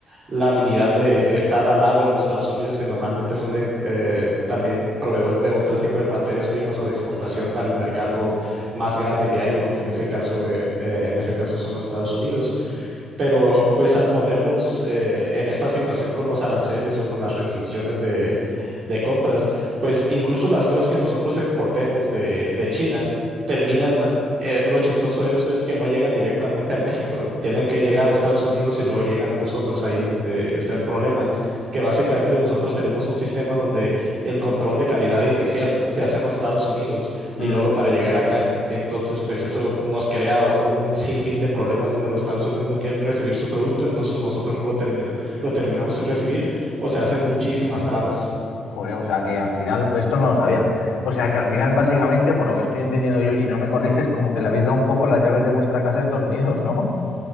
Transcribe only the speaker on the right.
la habilidad de estar al lado de los Estados Unidos, que normalmente son de, eh, también proveedor de otros tipos de materias primas o de exportación para el mercado más grande que hay, ¿no? Que en ese caso, eh, eh, en ese caso son los Estados Unidos. Pero pues al ponernos eh, en esta situación con los aranceles o con las restricciones de, de compras, pues incluso las cosas que nosotros exportemos de, de China terminan, eh, lo chistoso de eso es pues, que no llegan directamente a México, tienen que llegar a Estados Unidos y luego llegan a nosotros, ahí es donde está el problema, que básicamente nosotros tenemos un sistema donde el control de calidad inicial se hace en los Estados Unidos y
luego para llegar acá, entonces pues eso nos crea un sinfín de problemas donde los Estados Unidos no quieren recibir su producto, entonces nosotros no lo termina, lo terminamos sin recibir o se hacen muchísimas trabas.